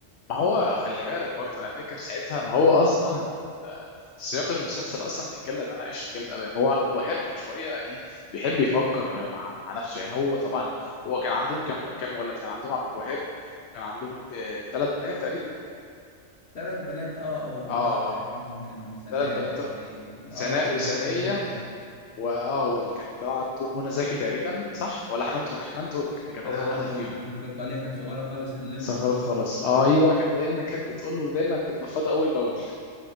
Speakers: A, on the left; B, on the left.
A: ما هو خلي بالك برضه انا فاكر ساعتها ما هو اصلا يعني سياق المسلسل اصلا بيتكلم ان انا اعيش في جلب ابي هو عبد الوهاب كان شويه ايه بيحب يفكر مع مع نفسه يعني هو طبعا هو كان عندهم كم كم ولد كان عندهم عبد الوهاب كان عندهم ثلاث بنات تقريبا
B: ثلاث بنات اه او اربعة
A: اه
B: تقريبا كان سناء
A: ثلاث بنات
B: وسناء
A: سناء
B: اه كان
A: وسنية
B: في كام بنت اه
A: واه واللي كانت بتلعب دور منى زكي تقريبا صح ولا حنان ترك حنان ترك دي كانت اصغر
B: حنان
A: واحده
B: ترك
A: فيهم
B: حنان ترك آه، اللي هي كانت صغيرة خالص اللمدة
A: صغرت
B: دي
A: خالص آه ايوه كانت دايما كانت بتقول له دايما بتنفضه اول باول <laughs>